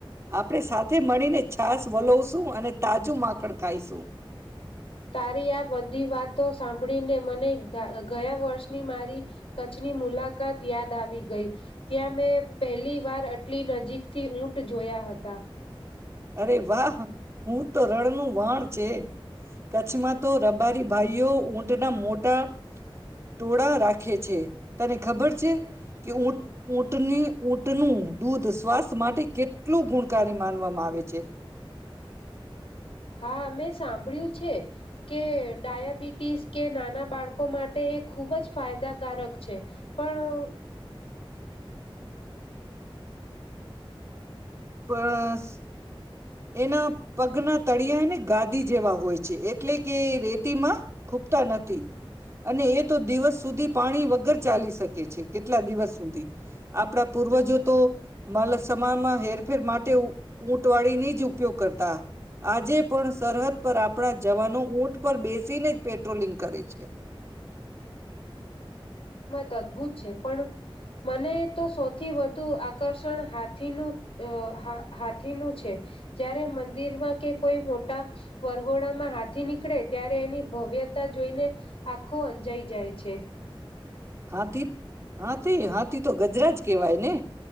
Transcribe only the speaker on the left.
તારી આ બધી વાતો સાંભળીને મને ગયા વર્ષની મારી કચ્છની મુલાકાત યાદ આવી ગઈ ત્યાં મેં પહેલી વાર આટલી નજીકથી ઊંટ જોયા હતા.
હા મેં સાંભળ્યું છે કે ડાયાબિટીસ કે નાના બાળકો માટે એ ખૂબ જ ફાયદાકારક છે પણ
અદભુત છે પણ મને તો સૌથી વધુ આકર્ષણ હાથીનું હાથીનું છે જય્યારે મંદિરમાં કે કોઈ મોટા વરગોડામાં હાથી નીકળે ત્યારે એની ભવ્યતા જોઈને આખો અંજાઈ જાય છે.